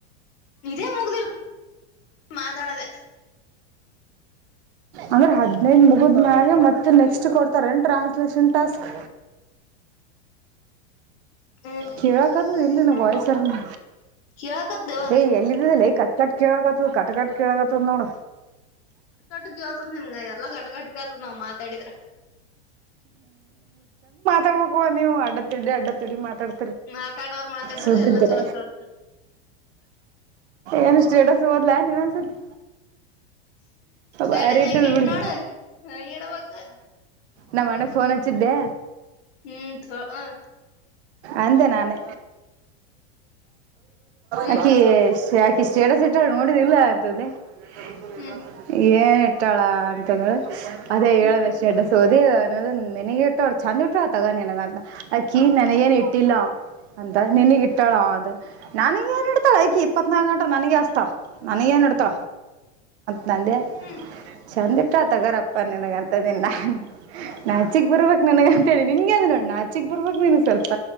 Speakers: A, on the left; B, on the right.
A: ಇದೇ ಮುಗ್ದಿಲ್ಲ. ಮಾತಾಡದೆ.
B: ಅಂದ್ರ ಹದ್ಿನೈದ ಮುಗುದ ಮ್ಯಾಗೆ ಮತ್ತೆ ನೆಕ್ಸ್ಟ್ ಕೊಡ್ತಾರ ಏನ್ ಟ್ರಾನ್ಸ್ಲಷನ್ ಟಾಸ್ಕ್.
A: ಹ್ಮ್
B: ಕೇಳಕ್ದದು ಇಲ್ಲಿ ನ
A: ಹ್ಮ್
B: ವಯಸ್ಸರನು
A: ಕೇಳಕತ್ತೇವ
B: ಏಯ ಎಲ್ಲಿದ್ದಲ್ಲ. ಕಟ್ ಕಟ್ ಕೇಳಕತ್ ಕಟ್ಟ ಕಟ್ಟ ಕೇಳ. ಚೊನ್ನೋಣ.
A: ಕಟ್ಕಟ್ಗ ಆತದ ನಿಮ್ಗ ಎಲ್ಲಾ ಕಟಕಟ್ಗ ಆತದ ನಾವ್ ಮಾತಾಡಿದ್ರ.
B: ತಬೇಕುವ ನೀವು ಅಡ್ಡ ತಿಡಿ ಅಡ್ದ ತಿಿಡಿ ಮಾತಾಡ್.
A: ಮಾತಾಡೋರ್ ಮಾತಾಡಿದ್ರ
B: ಸುದ್ದಿದ್ದ್ರ
A: ಎಲ್ಲಾ ಚೊಲೋ ಕೇಳತದ
B: ಏನು ಸ್ಟೇಟಸ್ ಹಓದ್ಲಾ ನೀನ್ ಅನ್ಸತಿ.
A: ಸಡ
B: ಬಾರಿ
A: ಹೆಂಗಿಟ್
B: ಇಟ್ಟದ್ ಬಿಡು
A: ನೋಡು ಹಡಬೇಕ.
B: ನಮ್ಮ್ ಅಣ್ಣಗ್ ಫೋನ್ ಹಚ್ಚಿದ್ದೆ.
A: ಹ್ಮ್ ಹ.
B: ಅಂತೆ ನಾನು.
A: ಹ್ಮ್
B: ಹಕ. ಯಕೆ ಸ್ಟೇಟಸ್ ಇಟ್ಟ ನೋಡಿದುದಿಲ್ಲ ಅಂತ್ದೇ. <inaudible>
A: ಹ್ಮ್
B: ಮಟಳಾಂತಂದ. ಅದೇ
A: ಹ್ಮ್
B: ಹೇಳದೆ ಶ. ೋದೆ ಅನ್ನೋದು ನಿನಗ ಇಟ್ಟಳ ಚೆಂದ ಇಟ್ಟ ತಗ ನಿನಗಂತ ಆಕಿ ನನಗಏನ್ ಇಟ್ಟಿಲ್ಲ ಅಂತ ನಿನಗ ಇಟ್ಟಾಳ ಅದು ನನಗ ಏನ್ ಇಡ್ತಾಳ ಆಕಿ ಇಪ್ಪತ್ನಾಲ್ಕು ಗಂಟ ನನಗ ಅಸ್ತ ನನಗ ಏನ್ ಇತ. ತ್ತ. ನಂದ
A: ಹ್ಮ್
B: ಚಂದಿಟ್ಟಾತಗರಪ್ಪ. ನಿನಗಂತದಿಲ್ಲ. ನಾಚಿಕ್ ಬರ್ಬೇಕಕ್ ನನಗ. ೇರಿ ನಿಮ್ಗೆ ಅ್ ನೋಡಣ ಆಚಕ್ ಬರ್ಬೇಕಕ್ ನೀನು ಸ್ವಲ್ಪ.